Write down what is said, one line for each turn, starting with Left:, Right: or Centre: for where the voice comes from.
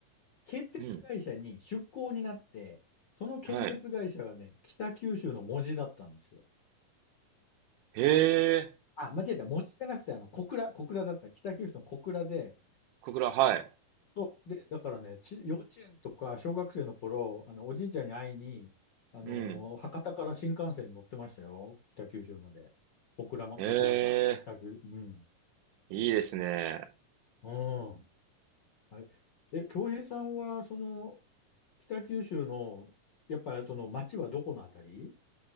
Left: 建設会社に出向になって、
Right: うん。
Left: その建設会社がね、
Right: はい。
Left: 北九州の門司だったんですよ。
Right: へえ。
Left: あ、間違えた。門司じゃなくて、あの、小倉、小倉だった。北九州の小倉で、
Right: 小倉、はい。
Left: そう。で、だからね、ち、幼稚園とか小学生の頃、あの、おじいちゃんに会いに、あのー博多から新幹線に乗ってましたよ。
Right: うん。
Left: 北九州まで。小倉ま、
Right: へえ。
Left: 小倉か。北九、うん。
Right: いいですね。
Left: うん。はい。え、京平さんは、その、北九州の、やっぱりその町はどこのあたり